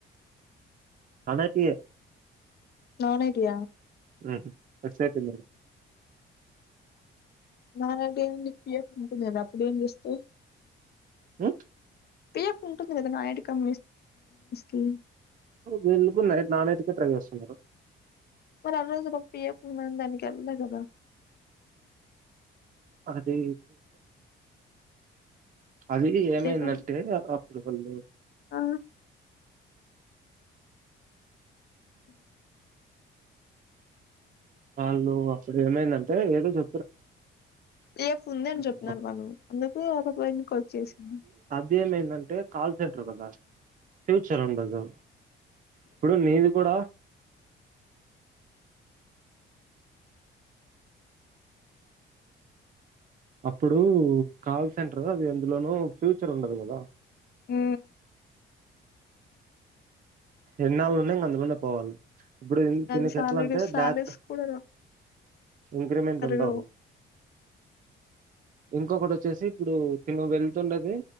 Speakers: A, on the right; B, on the left.
A: <unintelligible>
B: నానైటీయ
A: <unintelligible>
B: నాన్ఐటి అయిన పిఎఫ్ వుంటది కదా అప్పుడు ఏం చేస్తవ్
A: ఉ
B: పిఎఫ్ ఉంటుంది నా ఐడి కం <unintelligible>
A: నే నైతే నానైట్కే ట్రై చేస్తున్నా
B: అదేదో పీఎఫ్ దానికెల్లలే కదా
A: అది అది ఏమైందంటే
B: ఏ కం
A: అ <unintelligible>
B: ఆ ఉ
A: వాళ్ళు అప్పుడు ఏమైందంటే ఏదో చె
B: రేపు ఉంది అని
A: అప్పు
B: చెప్పినరు వాళ్ళు అందుకు ఆపాప <unintelligible> వచ్చేసింది
A: ఇది ఏమైందంటే కాల్ <unintelligible> కదా ఫ్యూచర్ ఉండదు ఇప్పుడు నీది కూడ అప్పుడు కాల్ సెంటర్ అది ఎందులోనో ఫ్యూచర్ ఉండదు కద
B: ఉ
A: ఎన్నాళ్ళు ఉన్న ఇంగా అందులోనే పోవాల ఇప్పుడు దీనికి
B: అది సాలడ్
A: ఎట్ల అంటే
B: సాలడ్స్
A: బ్యాక్
B: కూడా
A: ఇంక్రిమెంట్
B: పెరగవు
A: ఉండవు ఇంకొకటి వచ్చేసి ఇప్పుడు తిను వెళ్తున్నది